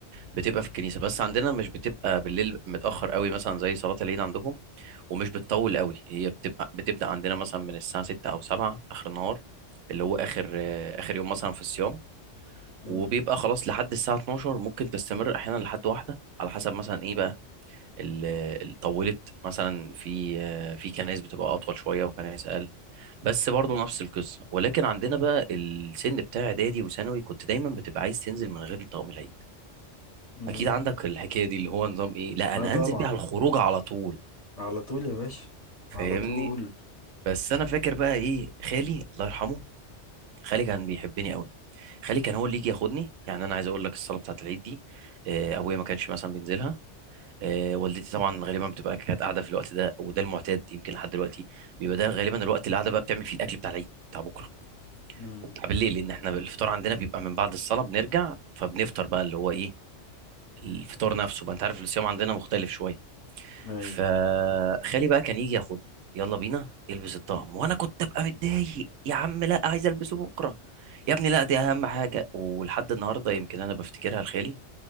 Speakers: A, on the right; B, on the left.
A: بتبقى في الكنيسة بس عندنا مش بتبقى بالليل متأخر قوي مثلا زي صلاة العيد عندهم ومش بتطول قوي هي بتبقى بتبدأ عندنا مثلا من الساعة 6 أو 7 آخر النهار اللي هو آخر آه، آخر يوم مثلا في الصيام
B: امم
A: وبيبقى خلاص لحد الساعة 12 ممكن تستمر أحيانا لحد واحدة على حسب مثلا إيه بقى ال- ال- طولت مثلا في آه، في كنايس بتبقى أطول شوية وكنايس أقل بس برضه نفس القصة ولكن عندنا بقى السن بتاع إعدادي وثانوي كنت دايما بتبقى عايز تنزل من غير طقم العيد
B: امم
A: اكيد عندك الحكايه دي اللي هو نظام ايه لا
B: اه
A: انا
B: طبعا
A: هنزل بيه على الخروج على طول
B: على طول يا باشا
A: فاهمني
B: على طول
A: بس انا فاكر بقى ايه خالي الله يرحمه خالي كان بيحبني قوي خالي كان هو اللي يجي ياخدني يعني انا عايز اقول لك الصلاه بتاعه العيد دي آه، ابويا ما كانش مثلا بينزلها آه، والدتي طبعا غالبا بتبقى كانت قاعده في الوقت ده وده المعتاد يمكن لحد دلوقتي بيبقى ده غالبا الوقت اللي قاعده بقى بتعمل فيه الاكل بتاع العيد بتاع بكره
B: امم
A: وبتاع بالليل لان احنا الفطار عندنا بيبقى من بعد الصلاه بنرجع فبنفطر بقى اللي هو ايه الفطار نفسه بقى انت عارف الصيام عندنا مختلف شويه
B: ايوه
A: فخالي بقى كان يجي ياخدني يلا بينا البس الطقم وانا كنت ابقى متضايق يا عم لا عايز البسه بكره يا ابني لا دي اهم حاجه ولحد النهارده يمكن انا بفتكرها لخالي